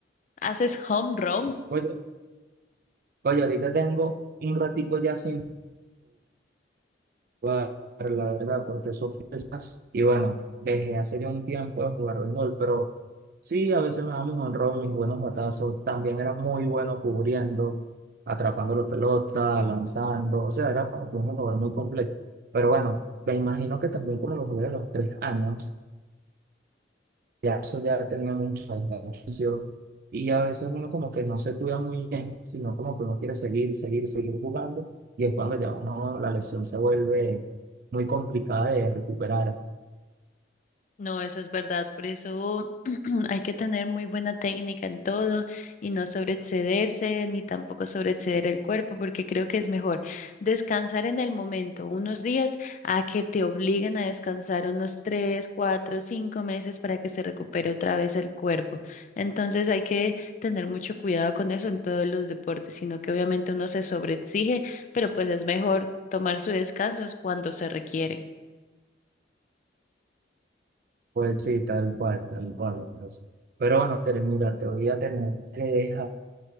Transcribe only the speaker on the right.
Oye, oye, ahorita tengo un ratico ya sin jugar, la verdad, porque eso fue más. Y bueno, dejé hace ya un tiempo de jugar béisbol, pero sí, a veces me daban mis honrón, mis buenos batazos. También era muy bueno cubriendo, atrapando la pelota, lanzando. O sea, era como que un jugador muy completo. Pero bueno, me imagino que también como lo jugué a los tres años ya eso ya tenía mucho enganchación. Y a veces uno como que no se cuida muy bien, sino como que uno quiere seguir, seguir, seguir jugando. Y es cuando ya uno, la lesión se vuelve muy complicada de recuperar.
Pues sí, tal cual, tal cual. es así. Pero bueno, Tere, mira, te voy a tener que dejar,